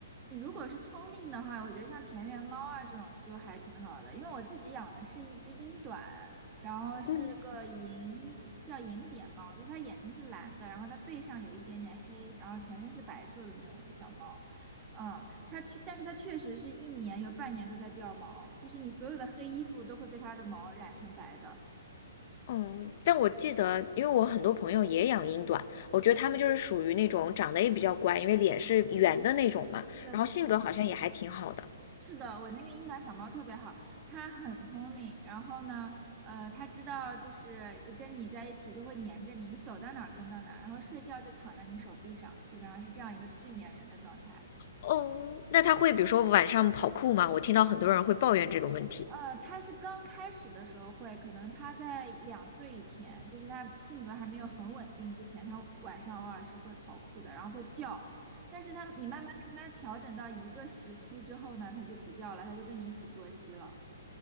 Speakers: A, on the right (about 25°); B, on the left (about 50°).
A: 如果是聪明的话，我觉得像田园猫啊这种就还挺好的，因为我自己养的是一只英短，然后是个银，
B: 嗯。
A: 叫银点猫，就是它眼睛是蓝的，然后它背上有一点点黑，然后全身是白色的那种小猫，嗯，它确，但是它确实是一年有半年都在掉毛，就是你所有的黑衣服都会被它的毛染成白的。
B: 嗯，但我记得，因为我很多朋友也养英短，我觉得他们就是属于那种长得也比较乖，因为脸是圆的那种嘛，
A: 对的，
B: 然后性格好像也还挺好的。
A: 对是的，我那个英短小猫特别好，它很聪明。然后呢，呃，它知道就是跟你在一起就会黏着你，你走到哪儿跟到哪儿，然后睡觉就躺在你手臂上，基本上是这样一个巨粘人的状态。
B: 哦，那他会比如说晚上跑酷吗？我听到很多人会抱怨这个问题，
A: 呃，它是刚开始的时候会，可能它在两岁以前，就是它性格还没有很稳定之前，它晚上偶尔是会跑酷的，然后会叫。但是它，你慢慢的跟它调整到一个时区之后呢，它就不叫了，它就跟你一起作息了。